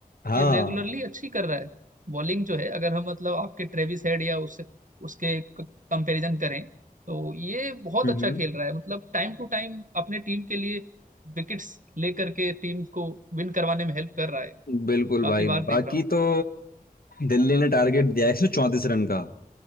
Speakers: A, on the left; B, on the right.
A: हाँ
B: ये रेगुलरली अच्छी कर रहा है बॉलिंग जो है अगर हम मतलब आपके ट्रेविस हेड या उससे उसके कंपैरिजन करें तो ये बहुत
A: हम्म
B: अच्छा खेल रहा है मतलब टाइम टू टाइम अपने टीम के लिए विकेट्स लेकर के टीम को विन करवाने में हेल्प कर रहा है
A: बिल्कुल
B: काफी
A: भाई
B: बार देख
A: बाकी
B: रहा हूँ
A: तो दिल्ली ने टारगेट दिया है 134 रन का